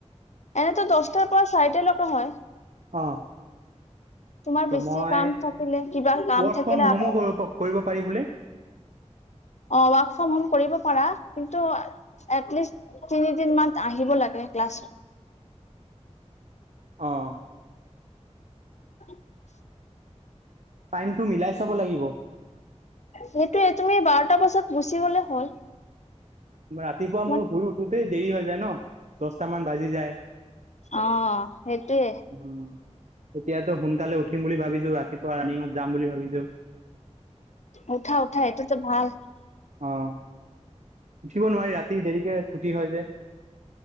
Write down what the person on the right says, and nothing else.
অ'।
ত'
মই
ৱৰ্ক
ফ্ৰম হোমো
কৰিব কৰিব পাৰি বোলে।
অ'।
টাইম টো মিলাই চাব লাগিব।
ৰাতিপুৱা মোৰ
শুই উঠোতেই দেৰি হৈ যায় ন। দছটামান বাজি যায়।
উ তেতিয়াতো সোনকালে উঠিম বুলি ভাবিছোঁ ৰাতিপুৱা ৰানিংত যাম বুলি ভাবিছোঁ।
অ'। উঠিব নোৱাৰি ৰাতি দেৰিকে ছুটি হয় যে